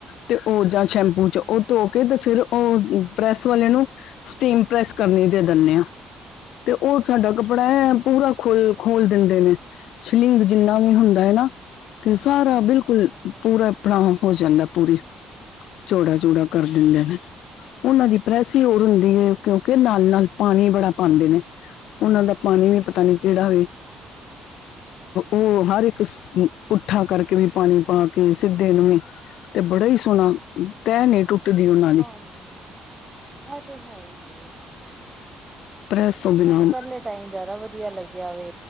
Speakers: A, on the left; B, on the right.
A: ਤੇ ਉਹ ਜਾਂ ਸ਼ੈਂਪੂ ਚ
B: ਹਾਂਜੀ
A: ਉਹ ਧੋ- ਤੇ ਫੇਰ ਉਹ ਪ੍ਰੈਸ ਵਾਲੇ ਨੂੰ ਸਟੀਮ ਪ੍ਰੈਸ ਕਰਨੀ ਦੇ ਦਿੰਦੇ ਆ। ਤੇ ਉਹ ਸਾਡਾ ਕੱਪੜਾ
B: ਹਾਂਜੀ
A: ਹੈ ਪੂਰਾ ਖੋਲ- ਖੋਲ ਦਿੰਦੇ ਨੇ। ਸ਼ਲਿੰਗ ਜਿੰਨਾ ਵੀ ਹੁੰਦਾ
B: ਹਾਂਜੀ
A: ਐ ਨਾ ਤੇ ਸਾਰਾ ਬਿਲਕੁਲ
B: ਹਾਂਜੀ ਹਾਂਜੀ
A: ਪੂਰਾ ਆਪਨਾ ਹੋ ਜਾਂਦਾ ਪੂਰੀ ਚੌੜਾ-ਚੂੜਾ ਕਰ ਦਿੰਦੇ ਨੇ ਓਨਾਂ ਦੀ ਪਰੈਸ ਈ ਹੋਰ
B: ਹਾਂਜੀ
A: ਹੁੰਦੀ ਐ ਕਿਓਂਕਿ ਕਿ ਨਾਲ-ਨਾਲ ਪਾਨੀ ਬੜਾ ਪਾਂਦੇ ਨੇ। ਓਨਾਂ ਦਾ ਪਾਨੀ ਵੀ ਪਤਾ ਨੀ ਕੇੜਾ ਵੇ ਓ ਹਰ ਇੱਕ ਪੁੱਠਾ ਕਰਕੇ ਵੀ ਪਾਨੀ ਪਾ ਕੇ ਸਿੱਦੇ ਨੂੰ ਵੀ ਤੇ ਬੜਾ ਈ ਸੋਣਾ ਤੈ ਨੀ ਟੁੱਟ ਦੀ ਓਨਾਂ ਦੀ,
B: ਹਾਂਜੀ ਹਾਂਜੀ ਇਹ ਤੇ ਹੈ ਹੀ
A: ਪ੍ਰੈਸ
B: ਕਿਓਂਕਿ
A: ਤੋਂ ਬਿਨਾਂ
B: ਮੈਂ ਤੇ ਪੈਲੇ ਟਾਈਮ ਜ਼ਾਅਦਾ ਵਦੀਆ ਲੱਗੇਆ ਵੇ